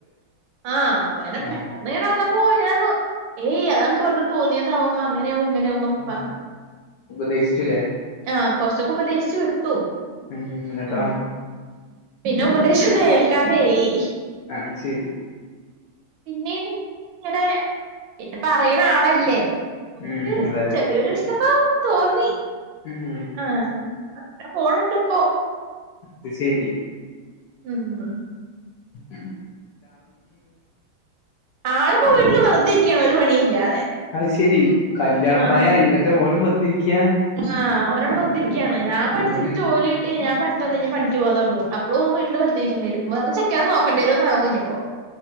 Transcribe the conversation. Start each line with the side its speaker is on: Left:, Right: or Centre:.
Right: ആഹ് അപ്പൊ അങ്ങനെ
Left: ആ
Right: പെട്ടെന്ന് ഇങ്ങനെ വന്ന പ്പോ ഞാനു ഏയ് അതൻക്ക് വെർതെ തോന്ന്യേതാവും അങ്ങെനെയാവും ഇങ്ങനാവു ഉമ്മൊക്കെ
Left: ഉം.
Right: പർഞ്ഞു
Left: ഉപദേശിച്ചുല്ലേ
Right: ആഹ് കൊർച്ചൊക്കെ ഉപദേശ്ചു വിട്ടു
Left: ഉം ഇന്നിട്ടോ
Right: ഉം പിന്നെ ഉപദേശോന്നും ഏൽക്കാതേയി.
Left: ആഹ് ശരി
Right: പിന്നെയും ഇങ്ങനെ പിന്നെ പറിണ ആളല്ലേ മ്മുക്ക്
Left: ഉം അതെ അതെ
Right: ചെറിയൊരു ഇഷ്ടൊക്കെ തോന്നി
Left: മ്മ്
Right: അഹ് അത്രപോണ് ഇപ്പോ
Left: അത് ശെരി
Right: ഹ്ഹ്മ്
Left: ഉം
Right: ആള്പ്പോ വീട്ടിൽ വെറുതെ ഇരിക്കാണ് ഒരു പണിയില്ലാതെ
Left: അയ് ശെരി കല്യാണ
Right: ആഹ്
Left: പ്രായായീ ഇന്നിട്ടോനു വെർതെരിക്ക
Right: ആഹ് ഒനവ്ടെ വെർതേരിക്യാണോ ഞാൻ പഠിച്ച്
Left: ഓന്
Right: ജോലി ഞാ <unintelligible> പണിക്ക് പോവാൻ തുടങ്ങും അപ്പോളും ഓൻ വീട്ടിൽ വെറുതിരിക്കേണ്ടി വരും വേറ ചെക്കനെ നോക്കണ്ട രിന്നാവും ഇഞ്ഞ്പ്പോ?